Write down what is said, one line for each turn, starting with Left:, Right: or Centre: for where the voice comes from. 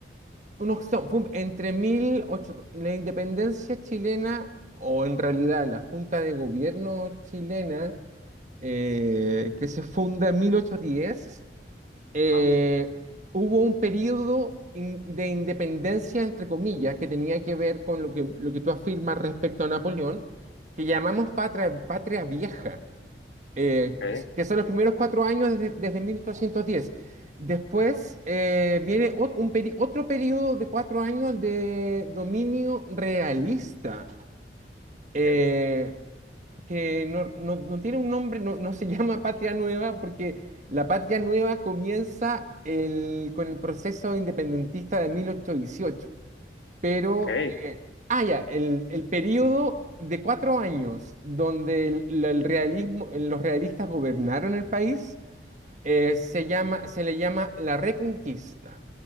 Right: unos son- fue entre mil ocho- la independencia chilena o en realidad la Junta de Gobierno chilena eh, que se funda en 1810, eh,
Left: Ah,
Right: hubo un periodo in- de independencia, entre comillas, que tenía que ver con lo que, lo que tú afirmas respecto a Napoleón, que llamamos patria, patria vieja eh,
Left: ok,
Right: que son los primeros cuatro años desde, desde 1810. Después eh, viene ot- un peri- otro periodo de cuatro años de dominio realista, eh,
Left: ok,
Right: que no, no- no tiene un nombre, no, no se <laughs> llama Patria Nueva, porque la Patria Nueva comienza el- con el proceso independentista de 1818. Pero,
Left: ok.
Right: eh, ah, ya, el, el periodo de cuatro años donde el, la- el realismo, los realistas gobernaron el país eh, se llama, se le llama la Reconquista.